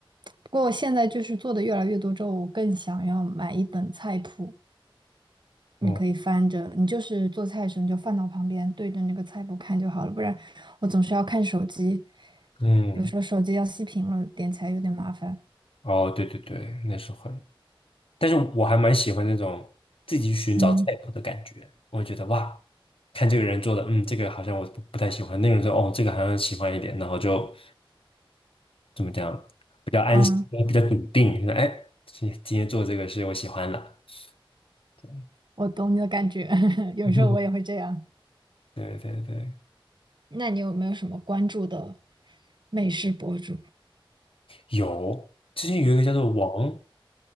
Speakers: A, on the right; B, on the left.
A: 不过我现在就是做的越来越多之后，我更想要买一本菜谱，你可以翻着，
B: 哦，
A: 你就是做菜的时候你就放到旁边，对着那个菜谱看就好了，不然我总是要看手机，
B: 嗯，
A: 有时候手机要熄屏了，点起来有点麻烦。
B: 哦，对对对，那是会。但是我还蛮喜欢那种自己寻找菜谱的感觉，
A: 嗯
B: 我会觉得哇，看这个人做的，嗯，这个好像我不不太喜欢，那个人说哦，这个好像喜欢一点，然后就怎么讲，比较安心，
A: 嗯，
B: 比较笃定，说哎，今今天做这个是我喜欢了 <laughs>。
A: 我懂你的感觉，<laughs> 有时候我也会这样。
B: 嗯对对对，
A: 那你有没有什么关注的美食博主？
B: 有，之前有一个叫做王